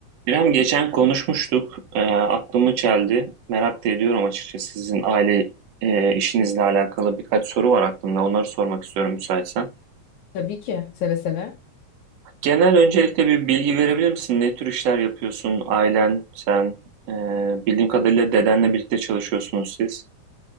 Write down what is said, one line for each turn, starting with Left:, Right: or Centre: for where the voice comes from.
Right: İrem geçen konuşmuştuk. Ee, aklımı çeldi. Merak da ediyorum açıkçası. Sizin aile e, işinizle alakalı birkaç soru var aklımda. Onları sormak istiyorum müsaitsen.
Left: Tabii ki seve seve.
Right: Genel öncelikle bir bilgi verebilir misin? Ne tür işler yapıyorsun? Ailen, sen, e, bildiğim kadarıyla dedenle birlikte çalışıyorsunuz siz.